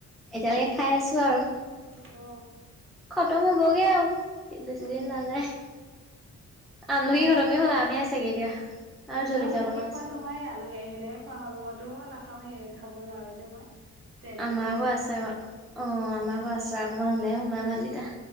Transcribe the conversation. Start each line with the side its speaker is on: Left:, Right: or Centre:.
Centre: এতিয়ালৈকে খাই আছো আৰু।
Right: অ
Centre: খতম হ'বগে আৰু বেছিদিন
Right: উম
Centre: নাযায়। আম ন
Right: অ
Centre: সি
Right: বৌ
Centre: ঘৰমে
Right: তেনেকে
Centre: হ'ল আমহে চাগে এতিয়া।
Right: উম
Centre: জলকীয়া
Right: আৰু তেনেকে
Centre: অলপমান আছে
Right: খোৱা নহয় আলহী আহিলেহে খোৱা হয় মইতো নাখাওৱেই খাব নোৱাৰো যে মই। তেলটো
Centre: আমাৰো
Right: এতিয়া
Centre: আছে অ আমাৰো আছে অকমান হলেহে সোমাই ভাট দতা।